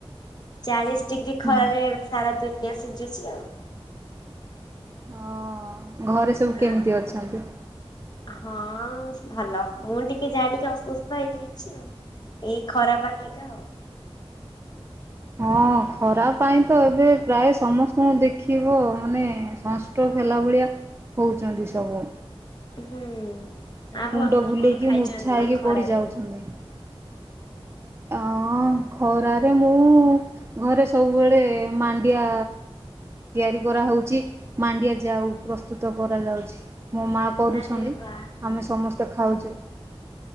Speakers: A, on the left; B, on the right.
A: ଚାଳିଶ ଡିଗ୍ରୀ ଖରାରେ
B: ହଁ
A: ଏବେ ସାରା ଦୁନିଆ ସିଜୁଚି ଆଉ।
B: ହଁ। ଘରେ ସବୁ କେମିତି
A: ଆଉ
B: ଅଛନ୍ତି?
A: ହଁ ଭଲ ମୁଁ ଟିକେ ଯାହା ଟିକେ ଅସୁସ୍ଥ ହେଇଯାଇଚି ଆଉ। ଏଇ ଖରା ପାଇଁ ଏକା ଆଉ।
B: ହଁ ଖରା ପାଇଁ ତ ଏବେ ପ୍ରାୟ ସମସ୍ତଙ୍କୁ ଦେଖିବ ମାନେ ସଂ ଷ୍ଟ୍ରୋଗ ହେଲା ଭଳିଆ ହଉଚନ୍ତି ସବୁ।
A: ହୁଁ। ଆଉ
B: ମୁଣ୍ଡ
A: ଆପଣ
B: ବୁଲେଇକି
A: କଣ ଖାଇଚନ୍ତି
B: ମୂର୍ଚ୍ଛା ହେଇକି
A: ଏଇ ଖରାରେ?
B: <unintelligible> ଅଁ ଖରାରେ ମୁଁ ଘରେ ସବୁବେଳେ ମାଣ୍ଡିଆ ତିଆରି କରାହୋଉଚି ମାଣ୍ଡିଆ ଯାଉ ପ୍ରସ୍ତୁତ କରାଯାଉଚି। ମୋ ମା କରୁଛନ୍ତି
A: ଆରେ ବା
B: ଆମେ ସମସ୍ତେ ଖାଉଚୁ।